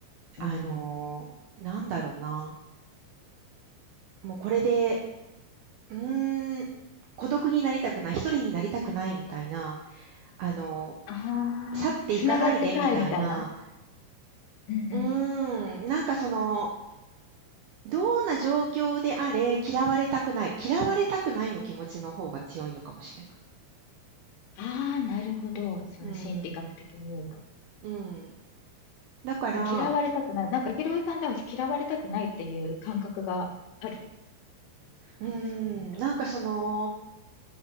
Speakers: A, on the left (about 80°); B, on the right (about 80°).
A: うん。
B: あのなんだろうな。もうこれで、うーん、孤独になりたくない、一人になりたくないみたいな、あの
A: あ
B: 去っていかないでみたいな、
A: あ、つながってたいみたいな。うんうん。
B: うーん、なんかその、どんな状況であれ、嫌われたくない。嫌われたくないの気持ちの方が強いのかもしれない。
A: ああ、なるほど。その心理学的に言うと。
B: うん、うん。だから、
A: 嫌われたくない。なんか、ヒロさんでは嫌われたくないっていう感覚がある。
B: うー
A: なんかそういった。
B: ん、なんかその、